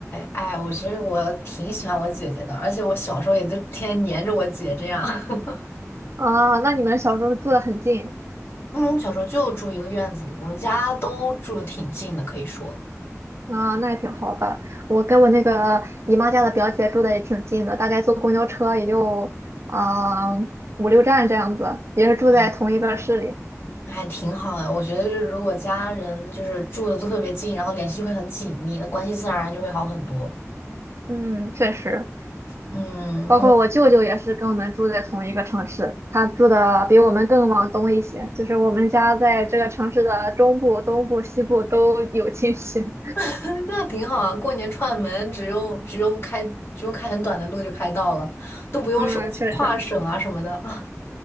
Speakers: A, on the left (about 45°); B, on the right (about 55°).
A: 哎，我其实我挺喜欢我姐姐的，而且我小时候也就天天黏着我姐这样。<laughs>
B: 啊。那你们小时候住得很近
A: 因为我们小时候就住一个院子里，我们家都住的挺近的，可以说，
B: 啊，那也挺好的。我跟我那个姨妈家的表姐住的也挺近的，大概坐公交车也就啊五六站这样子，也是住在同一个市里。
A: 嗯，还挺好的。我觉得就是如果家人就是住的都特别近，然后联系就会很紧密，那关系自然而然就会好很多。
B: 嗯，确实，
A: 嗯，
B: 包括我舅舅也是跟我们住在同一个城市，
A: 我
B: 他住的比我们更往东一些，就是我们家在这个城市的中部、东部、西部都有亲戚。
A: <laughs> 那挺好啊，过年串门只用只用开只用开很短的路就开到了，都不用说去跨省啊什么的。
B: <laughs> 嗯，确实。
A: <laughs>